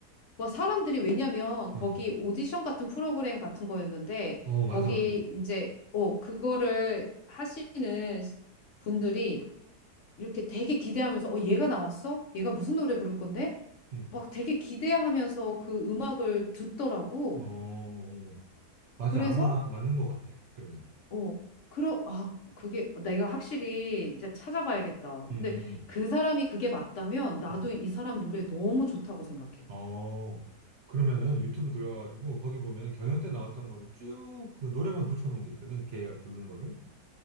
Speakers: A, on the left (about 60°); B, on the right (about 60°).
A: 와, 사람들이 왜냐면 거기
B: 응.
A: 오디션 같은 프로그램 같은 거였는데
B: 어, 맞아,
A: 거기
B: 맞아.
A: 이제 어, 그거를 하시는 분들이 이렇게 되게 기대하면서 어, 얘가 나왔어? 얘가 무슨 노래 부를 건데?
B: 응.
A: 막 되게 기대하면서 그 음악을 듣더라고.
B: 어, 어, 어. 맞아.
A: 그래서
B: 아마 맞는 것 같아. 그러면.
A: 어, 그러 아, 그게 내가 확실히 이제 찾아봐야겠다.
B: 응,
A: 근데
B: 응.
A: 그 사람이 그게 맞다면 나도
B: 응.
A: 이 사람 노래 너무 좋다고 생각해.
B: 어, 그러면은 유튜브 들어가가지고 거기 보면은 경연 때 나왔던 거를 쭉 그 노래만 붙여놓은 게 있거든. 걔가 부른 거를.